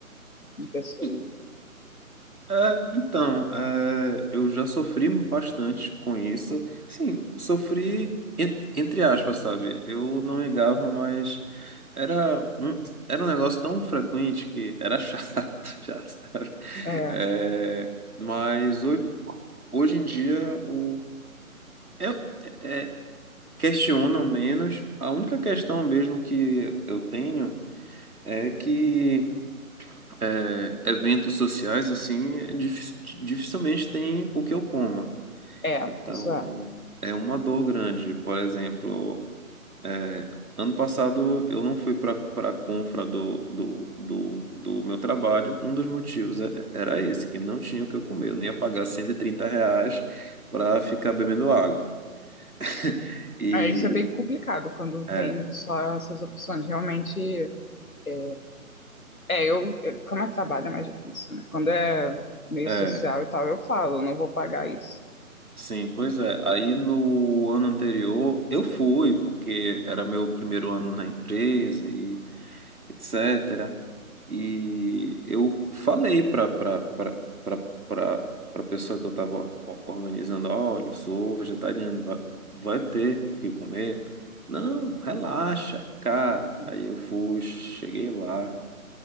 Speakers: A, on the left; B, on the right.
A: de pessoa.
B: E, É, então, é, eu já sofri bastante com isso. Sim, sofri en- entre aspas, sabe? Eu não ligava, mas Era um, era um negócio tão frequente que era chato, <laughs> já sabe?
A: É,
B: É, mas ho- hoje em dia o, eu, é, é, questionam menos. A única questão mesmo que eu tenho é que é, eventos sociais, assim, é dif- dificilmente tem o que eu coma.
A: é,
B: Então,
A: isso é.
B: é uma dor grande. Por exemplo. É, Ano passado eu não fui para para a confra do, do, do, do meu trabalho. Um dos motivos é- era esse, que não tinha o que eu comer. Eu não ia pagar 130 reais para ficar bebendo água. <laughs> E
A: É, isso é bem complicado quando tem
B: é,
A: só essas opções. Realmente, é, é, eu, é, como é trabalho é mais difícil, né? Quando é meio
B: é,
A: social e tal, eu falo, eu não vou pagar isso.
B: sim, pois é. Aí no ano anterior eu fui, porque era meu primeiro ano na empresa e etc. E eu falei para para para para pessoa que eu estava organizando, olha, eu sou vegetariano, vai, vai ter o que comer? Não, relaxa, cara.
A: Uhum.
B: Aí eu fui, cheguei lá,